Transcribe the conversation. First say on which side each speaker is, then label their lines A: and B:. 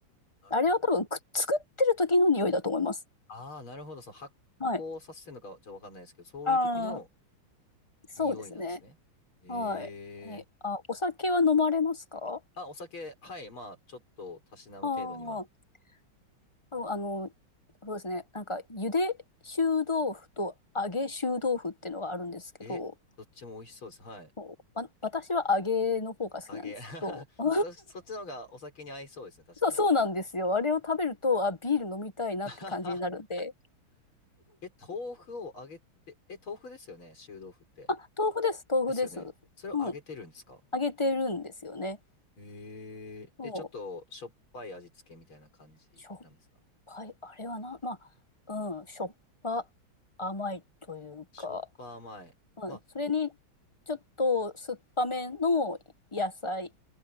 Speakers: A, on the left; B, on the left.
A: なるほど
B: あれは多分く、作ってる時の匂いだと思います。
A: ああ、なるほど。その発酵させてるのかちょっとわかんないですけど、
B: はい。
A: そういう時の
B: ああ、そうですね。
A: 匂いなんですね。ええ
B: はい。え、あ、お酒は飲まれますか
A: あ、お酒、はい。まあ、ちょっとたしなむ程度には。
B: ああそうあの、そうですね。なんか、ゆで臭豆腐と揚げ臭豆腐っていうのがあるんですけど、
A: え、どっちも美味しそうです。はい。
B: そうわ私は揚げの方が好きなんですけど、
A: 揚げ。<laughs>
B: <laughs> あ
A: そ、そっちの方がお酒に合いそうですね。確かに。
B: そう、そうなんですよ。あれを食べると、あ、ビール飲みたいなって感じになるんで、
A: <laughs> え、豆腐を揚げて、え、豆腐ですよね。臭豆腐って。
B: あ、豆腐です、豆腐です。
A: ですよね。
B: う
A: それを揚げてるんですか
B: ん、揚げてるんですよね。
A: ええで、
B: そう、
A: ちょっとしょっぱい味付けみたいな感じなんですか
B: しょっぱい、あれはな、まあ、うん、しょっぱ、甘いというか、
A: しょっぱ甘い。
B: はいそれに、
A: ま
B: ちょっと酸っぱめの野菜